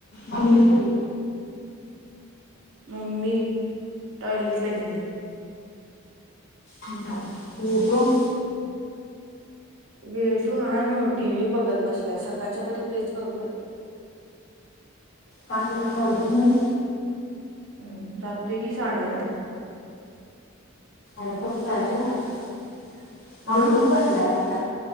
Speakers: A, on the left; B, on the right.
A: मम्मीच
B: मम्मी टॉयलेटला गेल्या
A: हो गं
B: वेदू हाय ना टी व्ही बघत बसले सकाळच्या परी तेच करतोय
A: का कॉलेज म
B: हम्म जातोय की साडेसातला
A: आणि पआवरुन
B: अं
A: बसलाय